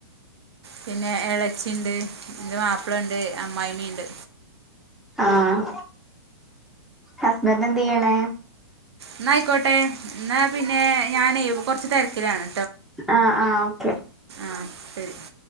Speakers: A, on the right; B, in the centre.
A: പിന്നെ ഇളേച്ചിണ്ട് എൻ്റെ മാപ്പിളേണ്ട് അമ്മായിമ്മേണ്ട്
B: ആഹ് ഹസ്ബൻഡെന്ത് ചെയ്യണ്
A: എന്നായിക്കോട്ടെ എന്നാ പിന്നെ ഞാനേ കൊറച്ച് തെരക്കിലാണ്
B: ആഹ് ആഹ് ഓക്കെ
A: ആഹ് ശരി